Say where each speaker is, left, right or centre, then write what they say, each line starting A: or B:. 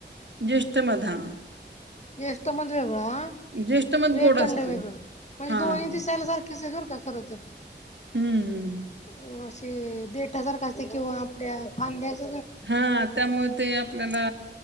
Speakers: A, on the right; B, on the left.
A: ज्येष्ठमध हा
B: ज्येष्ठमध वेगळं ह
A: ज्येष्ठमध
B: वेखंड
A: गोड असतोय.
B: वेगळं म्हणजे
A: हां.
B: दोन्ही दिसायला सारखं किस आहे कर का खर तर.
A: हम्म हम्.
B: अ असे देट सारखा असते किंवा आपल्या फांद्याच
A: हा त्यामुळे ते आपल्याला